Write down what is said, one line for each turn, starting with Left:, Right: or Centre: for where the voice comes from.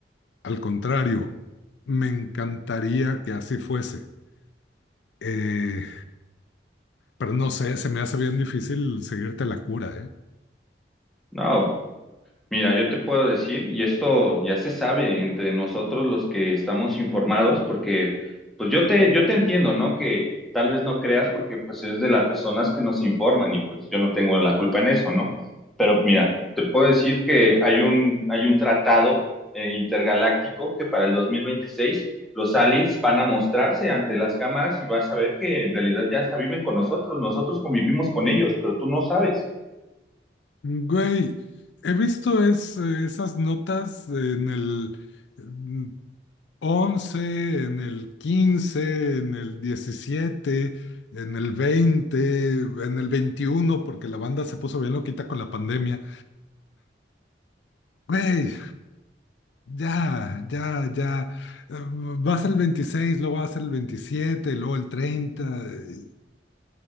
Left: Al contrario, me encantaría que así fuese. Eh, pero no sé, se me hace bien difícil seguirte la cura, ¿eh?
Centre: No, Mira, yo te puedo decir, y esto ya se sabe entre nosotros los que estamos informados, porque pues yo te, yo te entiendo, ¿no? Que tal vez no creas porque pues es de las personas que nos informan y pues yo no tengo la culpa en eso, ¿no? Pero mira, te puedo decir que hay un, hay un tratado eh, intergaláctico que para el 2026 los aliens van a mostrarse ante las cámaras y vas a ver que en realidad ya hasta viven con nosotros, nosotros convivimos con ellos, pero tú no sabes.
Left: Güey, he visto es- esas notas en el mm, 11, en el 15, en el 17, en el 20, en el 21, porque la banda se puso bien loquita con la pandemia. Güey, Ya, ya, ya. Eh, Vas al 26, luego vas al 27, luego el treinta, eh,